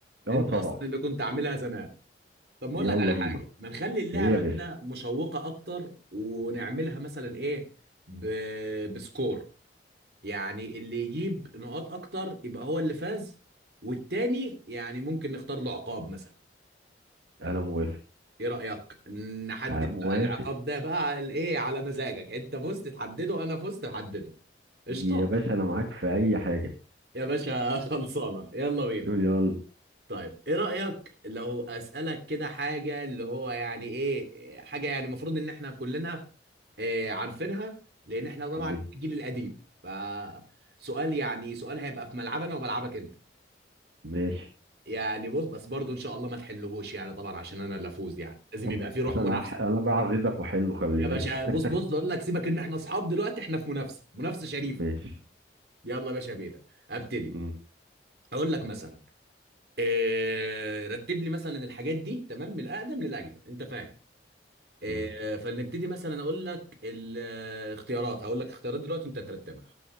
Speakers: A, on the right (about 80°); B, on the right (about 60°).
A: أه
B: انت
A: طبعا
B: اصلا اللي كنت عاملها زمان طب ما اقول
A: يلا
B: لك على حاجة
A: بينا
B: ما نخلي اللعبة
A: إيه يا باشا
B: كده مشوقة اكتر ونعملها مثلا ايه ب... بسكور يعني اللي يجيب نقاط اكتر يبقى هو اللي فاز والتاني يعني ممكن نختار له عقاب مثلا
A: أنا موافق
B: ايه رأيك نحدد
A: آه، موافق
B: بقى العقاب ده بقى على ايه على مزاجك انت فزت تحدده انا فزت احدده قشطة
A: يا باشا أنا معاك في أي حاجة
B: يا باشا <laughs> خلصانة يلا بينا
A: يلا
B: طيب ايه رأيك لو اسألك كده حاجة اللي هو يعني ايه حاجة يعني المفروض ان احنا كلنا إيه عارفينها لان احنا طبعا
A: مم.
B: الجيل القديم فسؤال يعني سؤال هيبقى في ملعبنا وملعبك انت
A: ماشي
B: يعني بص بس برضو ان شاء الله ما تحلهوش يعني طبعا عشان انا اللي افوز يعني لازم يبقى
A: <laughs>
B: في روح منافسه
A: أنا هح- أنا بعغيظك وأحله خلي
B: يا
A: بالك
B: باشا بص بص اقول لك سيبك ان احنا اصحاب دلوقتي احنا في منافسه منافسه شريفه
A: <laughs> ماشي
B: يلا يا باشا بينا ابتدي
A: مم.
B: اقول لك مثلا إيه رتب لي مثلا الحاجات دي تمام من الاقدم للاجدد انت فاهم إيه
A: مم.
B: فلنبتدي مثلا اقول لك الاختيارات هقول لك اختيارات دلوقتي انت ترتبها